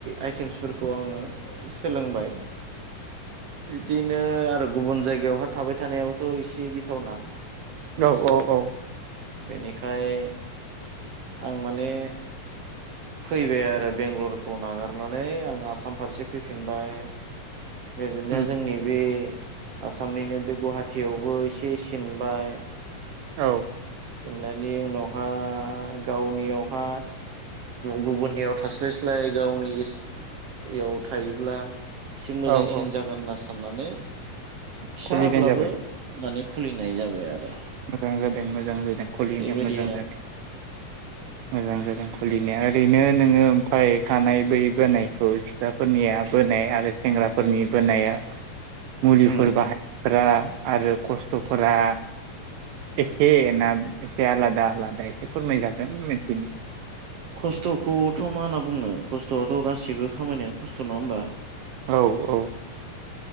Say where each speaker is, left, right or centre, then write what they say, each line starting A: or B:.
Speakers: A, on the right; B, on the right.
A: आइटेम्सफोरखौ आङो सोलोंबाय बिदिनो आरो गुबुन जाय गायावहााय थाबाय थानायावथ' एसे गिथावना
B: औ औ औ
A: बेनिखाय आं माने फैबाय आरो बेंगलरखौ नागारनानै आं आसाम फारसे फैफिनबाय बिदिनो
B: उम
A: जोंनि बे आसामनिनो बे गुवाहाटियावबो एसे सिनबाय
B: औ
A: सिननायनि उनावहाय गावनियावहा गुबुननियाव थास्लायस्लाय गावनि एसे याव थायोब्ला एसे मोजांसिन
B: औ औ
A: जागोन होनना साननानै फिसाब्लाबो
B: खुलिनाय जाबाय
A: माने खुलिनाय जाबाय आरो।
B: मोजां जादों मोजां जादों खुलिनाया
A: बेबायदि
B: मोजां
A: आरो
B: जादों मोजां जादों। खुलिनाया, ओरैनो नोङो ओमफ्राय खानाय बोयै बोनायखौ सिख्लाफोरनिया बोनाय आरो सेंग्रा खग्राफोरनि ब नाया मुलिफोर
A: उम
B: बाहायफोरा आरो खस्थ'फोरा एखे ना एसे आलादा आलादा फोरमायजागोन मिथिनो
A: खस्थ'खौथ' मा होनना बुंनो खस्थ'आथ' गासिबो खामानिानो खुस्थ' नंङा होमबा
B: औ औ